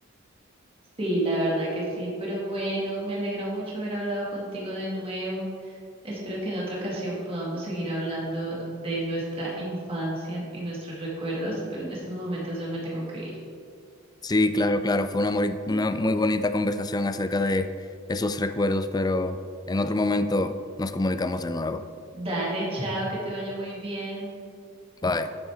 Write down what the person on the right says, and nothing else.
Sí, la verdad que sí, pero bueno, me alegró mucho haber hablado contigo de nuevo. Espero que en otra ocasión podamos seguir hablando de nuestra infancia y nuestros recuerdos, pero en estos momentos ya me tengo que ir.
Dale, chao, que te vaya muy bien.